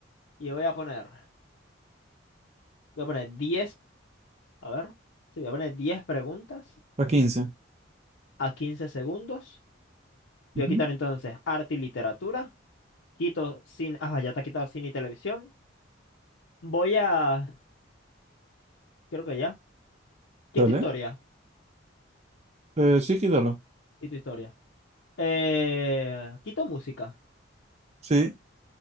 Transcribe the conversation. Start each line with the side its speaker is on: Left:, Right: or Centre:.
Left: Y voy a poner, voy a poner diez, a ver, sí, voy a poner 10 preguntas
Right: La 15?
Left: a 15 segundos. Voy
Right: Ujú.
Left: a quitar entonces arte y literatura. Quito cine, ajá, ya está quitado cine y televisión. Voy a, creo que ya. Quito
Right: Dale.
Left: historia,
Right: Eh, sí, quítalo.
Left: quito historia. Eh, quito música,
Right: Sí.